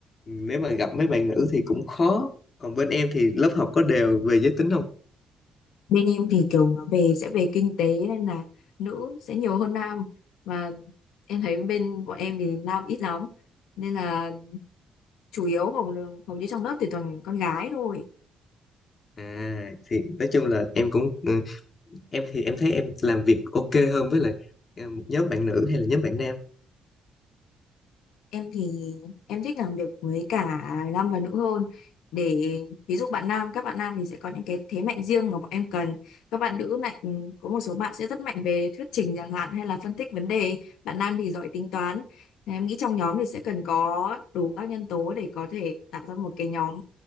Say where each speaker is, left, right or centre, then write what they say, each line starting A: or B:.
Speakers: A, on the left; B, on the left.
A: ừ, nếu mà gặp mấy bạn nữ thì cũng khó còn bên em thì lớp học có đều về giới tính không
B: bên em thì kiểu nó về sẽ về kinh tế nên là nữ sẽ nhiều hơn nam và em thấy bên bọn em thì nam ít lắm nên là chủ yếu hầu hầu như trong lớp thì toàn con gái thôi
A: à thì nói chung là em cũng ừ, em thì em thấy em làm việc ok hơn với lại à, một nhóm bạn nữ hay là nhóm bạn nam
B: em thì em thích làm việc với cả nam và nữ hơn để ví dụ bạn nam các bạn nam thì sẽ có những cái thế mạnh riêng mà bọn em cần các bạn nữ lại ừ, có một số bạn sẽ rất mạnh về thuyết trình chẳng hạn hay là phân tích vấn đề bạn nam thì giỏi tính toán Nên em nghĩ trong nhóm thì sẽ cần có đủ các nhân tố để có thể tạo ra một cái nhóm